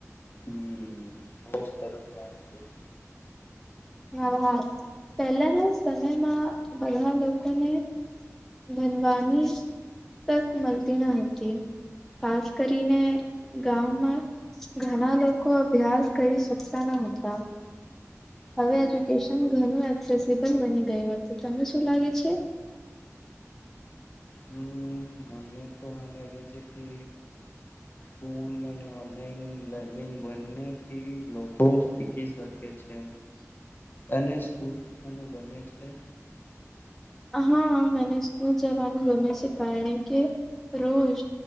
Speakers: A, on the left; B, in the centre.
A: હમ. બહુ સરસ વાત થાય.
B: હ, હાર પહેલાના સમયમાં બધા લોકોને ભણવાની તક મલતી ના હતી. ખાસ કરીને, ગામમાં ઘણા લોકો અભ્યાસ કરી શકતા નહતા. હવે
A: હમ
B: એજ્યુકેશન ઘણું એક્સેસિબલ બની ગયું હતું, તને શું લાગે છે?
A: હમ, મને તો આ લાગે છે કે.
B: <unintelligible>
A: સ્કૂલ અને ઓનલાઈન લર્નિંગ બંનેથી લોકો શીખી શકે છે.
B: હ.
A: અને સ્કૂપું ગમે છે.
B: હા, મેને સ્કૂલ જવાનું, ગરમે સે કારાણે કે રોજ